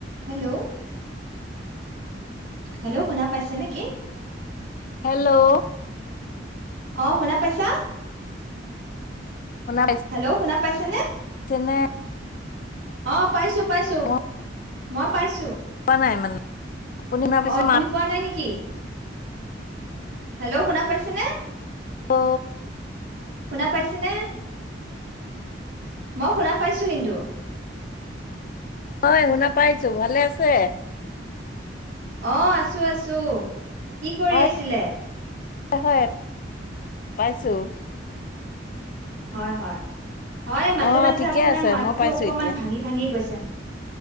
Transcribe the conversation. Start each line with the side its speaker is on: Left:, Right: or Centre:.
Right: Hello hello শুনা পাইছে নেকি
Left: হেল্ল'
Right: অঁ' শুনা পাইছা?
Left: শুনা
Right: হেল্ল' শুনা পাইছেনে?
Left: পাইছেনে
Right: অঁ পাইছো পাইছো,
Left: মই
Right: মই পাইছো
Left: পোৱা নাই মানে <unintelligible> পাইছে
Right: অ, আপুনি
Left: মাত
Right: পোৱা নাই নেকি? হেল্ল' শুনা পাইছেনে?
Left: অ
Right: শুনা পাইছে নে? মই শুনা পাইছো কিন্তু।
Left: অঁ শুনা পাইছো, ভালে আছে?
Right: অঁ আছো-আছো কি কৰি
Left: হয়
Right: আছিলে?
Left: হয় পাইছো।
Right: হয় হয়। হয় মাজে
Left: অ
Right: মাজে
Left: ঠিকে
Right: আপোনাৰ
Left: আছে
Right: মাততো
Left: মই পাইছো
Right: অকনমান
Left: এতিয়া
Right: ভাঙি ভাঙি গৈছে।